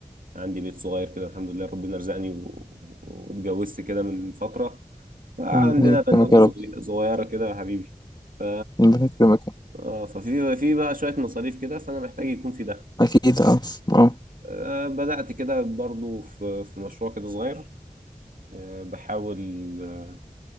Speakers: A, on the right (about 80°); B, on the left (about 30°).
A: عندي بيت صغير كده الحمد لله ربنا رزقني و- واتجوزت كده من فترة فعندنا
B: ربنا يكرمك
A: بنوتة
B: يا
A: صغي-
B: رب
A: صغيرة كده يا حبيبي ف
B: ربنا يكرمك
A: اه ففي في بقى شوية مصاريف كده فأنا محتاج يكون في دخل
B: أكيد اه اه
A: آه، بدأت كده برضو في في مشروع كده صغير آه، بحاول آه،